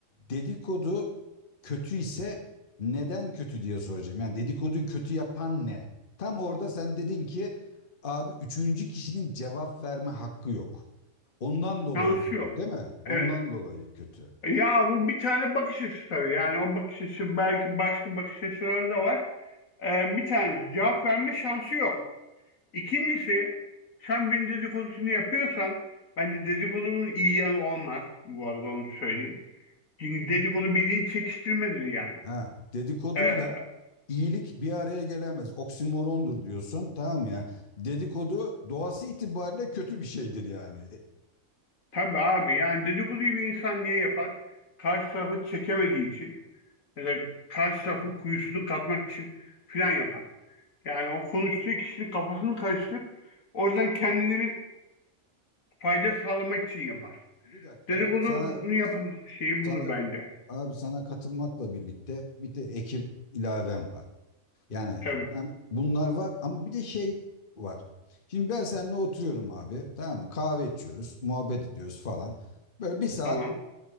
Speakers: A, on the left (about 40°); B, on the left (about 70°).
A: Dedikodu kötü ise neden kötü diye soracağım. Yani dedikoduyu kötü yapan ne? Tam orada sen dedin ki abi üçüncü kişinin cevap verme hakkı yok. Ondan dolayı
B: Şansı
A: kötü,
B: yok.
A: değil mi?
B: Evet.
A: Ondan dolayı kötü.
B: E, Ya bu bir tane bakış açısı tabii. Yani o bakış açısı belki başka bakış açıları da var. E, bir tanesi cevap verme şansı yok. İkincisi sen bir dedikodusunu yapıyorsan bence dedikodunun iyi yanı olmaz. Bu arada onu söyleyeyim. Çünkü dedikodu bildiğin çekiştirmedir yani.
A: Ha, dedikoduyla
B: Ee,
A: iyilik bir araya gelemez. Oksimorondur diyorsun. Tamam mı ya. Dedikodu doğası itibariyle kötü bir şeydir yani. E,
B: tabii abi yani dedikoduyu bir insan niye yapar? Karşı tarafı çekemediği için ya da karşı tarafın kuyusunu kazmak için filan yapar. Yani o konuştuğu kişinin kafasını karıştırıp oradan kendine bir fayda sağlamak için yapar.
A: Bir dakika
B: Dedikodu
A: sana
B: bunu yapım şeyi
A: Sana
B: bulur bence.
A: abi sana katılmakla birlikte bir de ekip ilavem var. Yani
B: Tabii.
A: hem bunlar var ama bir de şey var. Şimdi ben seninle oturuyorum abi tamam mı? Kahve içiyoruz, muhabbet ediyoruz falan. Böyle bir saat
B: Tamam.